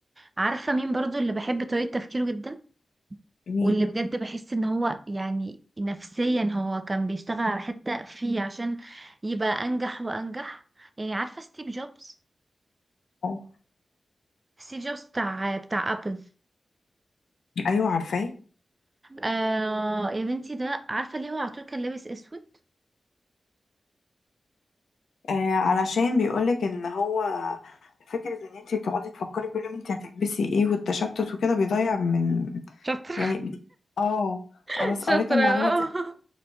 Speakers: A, on the right; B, on the left.
A: عارفه مين برضو اللي بحب طريقه تفكيره جدا
B: مين؟
A: واللي بجد بحس ان هو يعني نفسيا هو كان بيشتغل على حتة فيه عشان يبقى انجح وانجح يعني عارفة ستيف جوبز
B: آه.
A: ستيف جوبز بتاع بتاع ابل
B: ايوه عارفاه
A: آه يا بنتي ده عارفة ليه هو على طول كان لابس اسود
B: آه علشان بيقولك ان هو فكره ان انت تقعدي تفكري كل يوم انت هتلبسي ايه والتشتت وكده بيضيع من
A: شاطرة
B: يعني ب- اه
A: <laughs>
B: انا س- قريت
A: شاطرة
B: المعلومه
A: اه
B: دي